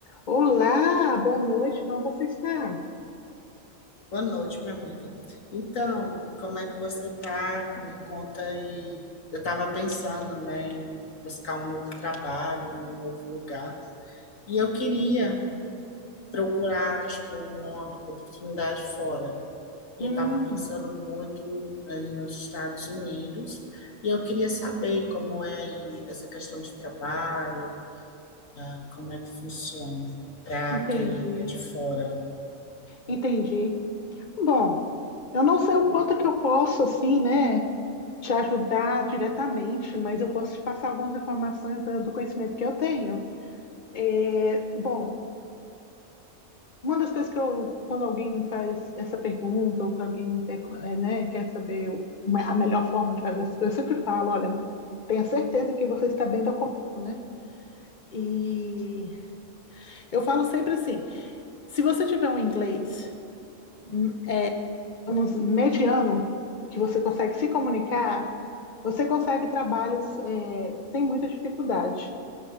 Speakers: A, on the left (about 40°); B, on the left (about 75°).
A: Olá, boa noite, como você está?
B: Boa noite, minha amiga. Então, como é que você tá? Me conta aí. Eu estava pensando, né, em buscar um novo trabalho, um novo lugar, e eu queria procurar, tipo, uma oportunidade fora. E
A: Hum,
B: eu estava pensando muito aí nos Estados Unidos, e eu queria saber como é aí essa questão de trabalho, né, como é que funciona para
A: entendi,
B: quem é de fora.
A: entendi. Bom, eu não sei o quanto que eu posso, assim, né, te ajudar diretamente, mas eu posso te passar algumas informações da- do conhecimento que eu tenho. É, Bom, uma das coisas que eu, quando alguém me faz essa pergunta, ou que alguém me pergunta, é, né, quer saber o- uma- a melhor forma de fazer essas coisas, eu sempre falo, olha, tenha certeza que você está bem documentado, né? E eu falo sempre assim, Se você tiver um inglês hum, digamos, mediano, que você consegue se comunicar, você consegue trabalhos é, sem muita dificuldade.